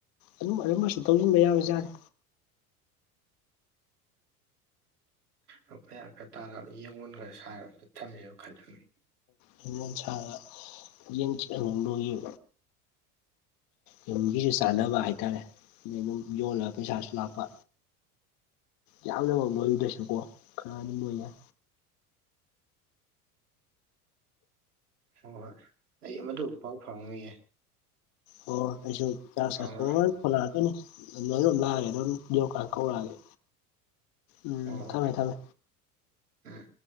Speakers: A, on the left (about 50°); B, on the right (about 75°).
A: ꯑꯗꯨꯝ ꯑꯗꯨꯔꯝꯕꯁꯨ ꯇꯧꯁꯤꯟꯕ ꯌꯥꯕꯖꯥꯠꯅꯤ
B: ꯂꯄꯥ ꯈ ꯇꯥꯔ ꯌꯦꯡꯉꯣꯟ ꯈꯔ ꯁꯥꯔ ꯑ ꯊꯝꯃꯦꯦꯕ ꯈꯜꯂꯝꯃꯤ
A: ꯍꯣꯏꯣꯟ ꯁꯥꯒ ꯌꯦꯟꯈꯤꯤꯍꯂꯨ ꯂꯣꯏꯏ ꯌꯨꯝꯒꯤꯁꯨ ꯆꯥꯅꯕ ꯍꯥꯏꯇꯥꯔꯦ ꯑꯗꯩ ꯑꯗꯨꯝ ꯌꯣꯜꯂꯒ ꯄꯩꯁꯥꯁꯨ ꯂꯥꯛꯄ ꯌꯥꯝꯅꯃꯛ ꯂꯣꯏꯨꯗ꯭ꯔꯁꯨꯀꯣ ꯈꯔ ꯑꯗꯨꯝ ꯂꯣꯏꯌꯦꯦ
B: ꯍꯣꯏ ꯍꯣꯏ ꯑꯩ ꯑꯃꯗꯨꯕꯨ ꯄꯥꯎ ꯐꯥꯎꯉꯌꯦꯦ
A: ꯑꯣ ꯑꯩꯁꯨ ꯀꯌꯥ ꯁꯥ
B: ꯐꯥꯎꯅꯔꯣ
A: ꯐꯣ ꯍ ꯂꯥꯛꯑꯛꯇꯣꯏꯅꯤ ꯂꯣꯏ ꯂꯝ ꯂꯥꯛꯑꯒꯦ ꯑꯗꯨꯣꯏꯝ ꯌꯣꯛꯀꯥꯟ ꯀꯧꯔꯛꯑꯒꯦ ꯎꯝ
B: ꯍꯣꯏ ꯍꯣꯏ
A: ꯊꯝꯃꯦ ꯊꯝꯃꯦ
B: ꯎꯝ